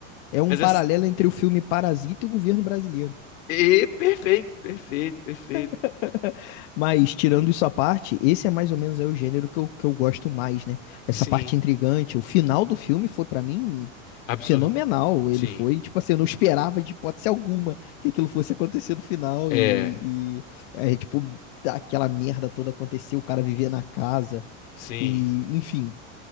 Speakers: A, on the left; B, on the left.
A: É um
B: Mas
A: paralelo
B: assim,
A: entre o filme Parasita e o governo brasileiro.
B: e perfeito, perfeito, perfeito.
A: <laughs> Mas, tirando isso à parte, esse é mais ou menos aí o gênero que eu, que eu gosto mais, né? Essa
B: Sim,
A: parte intrigante. O final do filme foi, pra mim,
B: absurdo.
A: fenomenal. Ele
B: Sim,
A: foi, tipo assim, eu não esperava de hipótese alguma que aquilo fosse acontecer no final.
B: é,
A: E, e é, tipo, aquela merda toda aconteceu, o cara vivia na casa.
B: sim,
A: E, enfim.